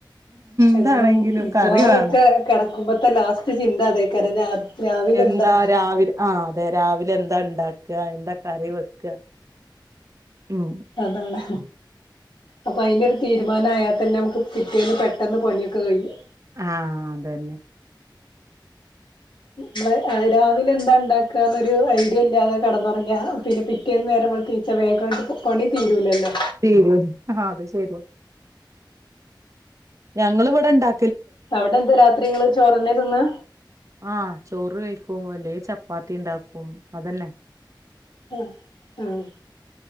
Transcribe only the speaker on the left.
എന്നും മിക്കവാറും
ഒക്കെ കെടക്കുമ്പത്തെ ലാസ്റ്റ് ചിന്ത അതെയ്ക്കാരം രാ രാവിലെന്താ
അതാണ് അപ്പൊ അയിനൊരു തീരുമാനയാൽ തന്നെ നമുക്ക് പിറ്റേന്ന് പെട്ടെന്ന് പണിയൊക്കെ കഴിയും
മ്മള് രാവിലെന്താ ഇണ്ടാക്കാന്നൊരു ഐഡിയല്ലാതെ കെടന്നുറങ്ങിയ പിന്നെ പി റ്റേന്ന് നേരം വെള്ത്ത് നീച്ച വേഗാണ്ട് പണി തീരൂല്ലല്ലോ
അവടെന്താ രാത്രിങ്ങള് ചോറെന്നെ തിന്നാ
ആഹ് ഉം